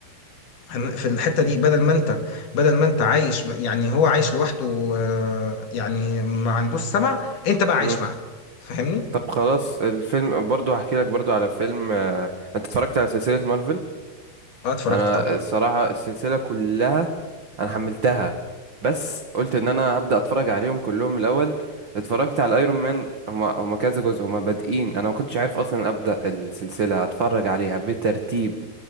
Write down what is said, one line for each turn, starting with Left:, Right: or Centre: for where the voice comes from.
Left: هن- في الحتة دي بدل ما انت بدل ما انت عايش يعني هو عايش لوحده آه، يعني ما عندوش سمع انت بقى عايش
Right: مم.
Left: معاه فاهمني؟
Right: طب خلاص الفيلم برضو هحكي لك برضو على فيلم آه، أنت اتفرجت على سلسلة مارفل
Left: اه اتفرجت
Right: أنا
Left: طبعا
Right: الصراحة السلسلة كلها انا حملتها بس قلت ان انا هبدا اتفرج عليهم كلهم الاول اتفرجت على الايرون مان هما هما كذا جزء هما بادئين انا ما كنتش عارف اصلا ابدا السلسله اتفرج عليها بترتيب